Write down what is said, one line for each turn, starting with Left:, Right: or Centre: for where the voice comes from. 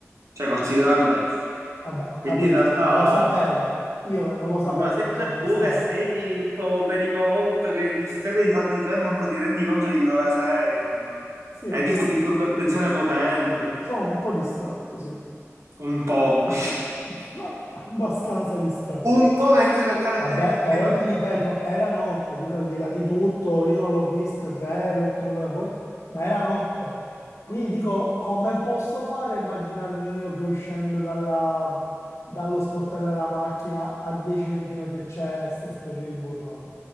Right: Cioè, considera
Left: Cioè,
Right: questo.
Left: vabbè, ho
Right: Quindi
Left: capito,
Right: in realtà
Left: ma lo sapevano. Io che non lo sapevo
Right: Sì, ma sei
Left: non c'ero
Right: pure
Left: mai
Right: tu
Left: stato.
Right: che sei tutto pericoloso, tutto che ti stai di fatti tuoi e manco ti rendi conto di dove sei, secondo me.
Left: Sì,
Right: È tipo
Left: so-
Right: disturbo di attenzione potente.
Left: sono un po' distratto, sì,
Right: Un po'. <laughs>
Left: <laughs> ma abbastanza distratto.
Right: Un po' vecchio nel caratterico
Left: Vabbè, però
Right: di
Left: ti ripeto, era notte, dico al di là di tutto, io non l'ho vista, è vero, tutto quello che vuoi, ma era notte. Quindi dico, come posso fare a immaginarmi io che uscendo dalla- dallo sportello della macchina a 10 centimetri c'è questa specie di burrone?